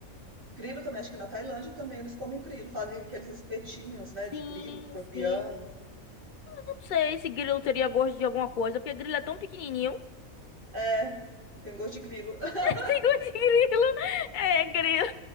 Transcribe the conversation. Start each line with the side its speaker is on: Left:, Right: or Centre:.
Right: Grilo também, acho que na Tailândia também eles comem grilo, fazem aqueles espetinhos, né, de
Left: Sim,
Right: grilo, escorpião.
Left: sim. Não sei se grilo teria gosto de alguma coisa, porque grilo é tão pequenininho. <laughs>
Right: É, tem gosto de grilo. <laughs>
Left: Sem gosto de grilo. É, grilo,